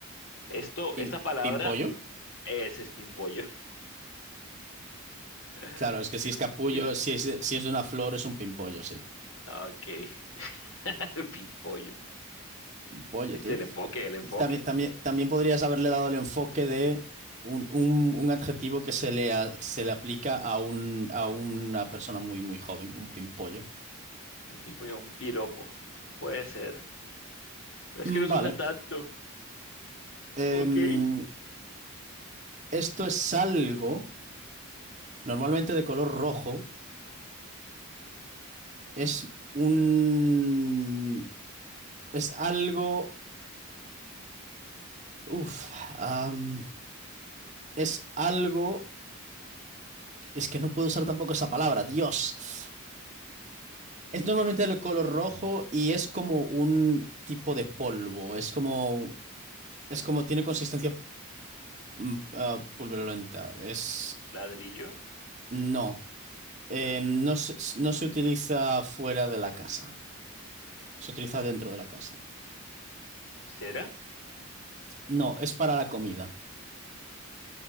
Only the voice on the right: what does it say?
¿Pim-
¿Pimpollo?
Claro, es que si
es capullo,
si es, si es de una flor, es un pimpollo, sí.
Pollo,
tío.
También, también, también podrías haberle dado el enfoque de un, un- un adjetivo que se le, a- que se le aplica a, un, a una persona muy, muy joven, un pimpollo.
Mm,
Vale.
Em,
esto es algo normalmente de color rojo. Es un... Es algo... Uf. am, es algo... Es que no puedo usar tampoco esa palabra. Dios. Es normalmente de color rojo y es como un tipo de polvo. Es como, es como, tiene consistencia mm, ah, pulverulenta. Es,
no, Eh, no se, no se utiliza fuera de la casa. Se utiliza dentro de la casa.
No, es para la comida.